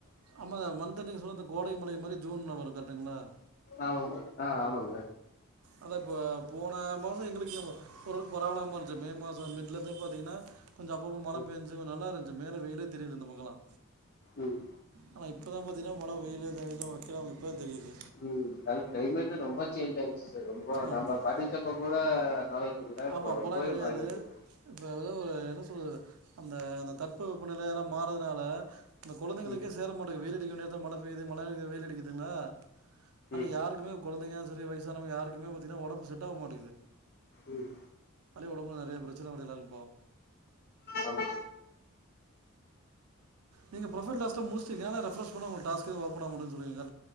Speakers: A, on the right; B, on the left.
A: ஆமா மந்த் எண்டல கோடை மழை மாரி ஜூன்ல வரும் கரெக்ட்டுங்களா
B: ஆமாங்க ஆஹ் ஆமாங்க
A: அதான் இப்ப போன மாசோ எங்களுக்கு இங்க பரவாயில்லாம இருந்துச்சி மே மாச மிட்ல இருந்தே பாத்தீங்கன்னா இங்க அப்பப்போ மழை
B: ம்
A: பெஞ்சி நல்லா இருந்திச்சி மேல வெயிலே தெரியுது இந்தப் பக்கம் எல்லா
B: உம்
A: ஆனா இப்பதான் பாத்தீங்கன்னா மழை வெயிலு அந்த இது வெக்க எல்லா இப்பதான் தெரியுது
B: உஹம் அது கிளைமேட் ரொம்ப சேஞ்ச் ஆயி ரொம்ப நம்ம
A: ஆமாம்
B: படிச்சப்ப கூட அந்த அளவுக்கு இல்ல இப்போ
A: ஆமா அப்போலாம்
B: ரொம்பவே
A: கிடையாது
B: மாறிட்டு
A: இப்போ ஏதோ ஒரு என்ன சொல்கிறது அந்த தட்பு வெப்பநிலை எல்லா மாறதுனால இந்த கொழந்தைகளுக்கே
B: ம்
A: சேரமாட்டிங்குது வெயிலடிக்க நே மழ பெய்யுது மழ வெயில் அடிக்குதுன்னா ஆனா
B: ம்
A: யாருக்குமே கொழந்தைங்க சரி வயசானவுங்க யாருக் குமே பாத்தீங்கன்னா உடம்பு செட்டாவ மாட்டிங்குது
B: உம்
A: உடம்புல நறைய பிரச்சனை வரதால்
B: ஆமா
A: நீங்க ப்ரொஃபைல் டாஸ்க்க முடுச் டிங்க ஆனா ரெஃப்ரெஷ் பன்னா டாஸ்க்கு எதுவும் ஓப்பன் ஆகமாட்டிங்கிது சொல்றிங்க